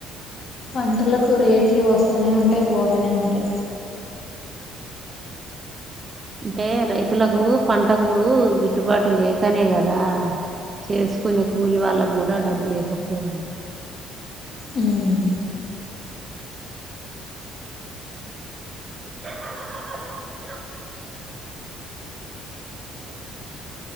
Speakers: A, on the left; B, on the right.
A: పంటలకు రేట్లు వస్తూనే ఉంటాయి పోతూనే ఉంటాయి
B: అంటే రైతులకు పంటకు గిట్టుబాటు లేకనే కదా చేసుకునే కూలి వాళ్ళకు కూడా డబ్బు లేకపోవడం
A: ఉమ్,
B: <inaudible>